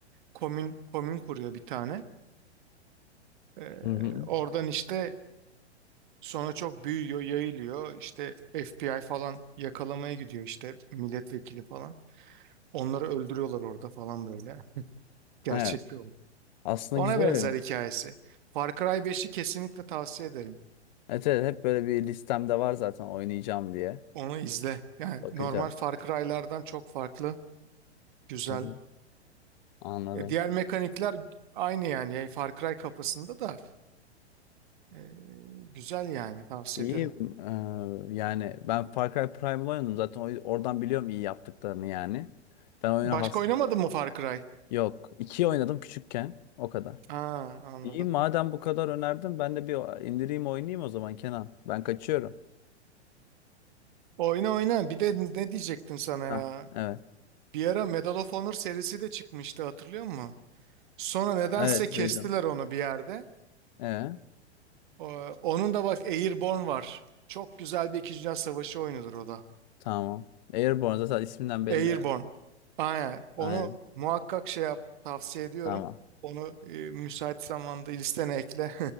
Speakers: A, on the right (about 45°); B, on the left (about 40°).
A: Komün komün kuruyor bir tane. Ee,
B: Hı hı.
A: oradan işte sonra çok büyüyor, yayılıyor. İşte FBI falan yakalamaya gidiyor işte milletvekili falan. Onları öldürüyorlar orada falan böyle. Gerçek
B: Evet.
A: bir olay.
B: Aslında
A: Ona
B: güzel
A: benzer
B: oyun.
A: hikayesi. Far Cry beşi kesinlikle tavsiye ederim.
B: Evet, evet hep böyle bir listemde var zaten oynayacağım diye.
A: Onu izle. Yani
B: Bakacağım.
A: normal Far Cry'lardan çok farklı, güzel.
B: Hı hı. Anladım.
A: Ya diğer mekanikler aynı yani. Yani Far Cry kafasında da e, güzel yani tavsiye
B: İyiyim.
A: ederim.
B: Ee, yani ben Far Cry Primal oynadım zaten o- oradan biliyorum iyi yaptıklarını yani. Ben oyuna
A: Başka
B: has...
A: oynamadın mı Far Cry?
B: Yok. İkiyi oynadım küçükken. O kadar.
A: Aa anladım.
B: İyi madem bu kadar önerdin ben de bir indireyim oynayayım o zaman Kenan. Ben kaçıyorum.
A: Oyna oyna. Bir de ne diyecektim sana ya?
B: Ha, evet.
A: Bir ara Medal of Honor serisi de çıkmıştı hatırlıyor musun? Sonra nedense
B: Evet
A: kestiler
B: duydum.
A: onu bir yerde.
B: Ee,
A: O- Onun da bak Airborne var. Çok güzel bir İkinci Dünya Savaşı oyunudur o da.
B: tamam. Airborne zaten isminden belli.
A: Airborne.
B: evet.
A: Aynen. Onu
B: Aynen.
A: muhakkak şey yap. Tavsiye ediyorum.
B: Tamam.
A: Onu e, müsait zamanda listene ekle.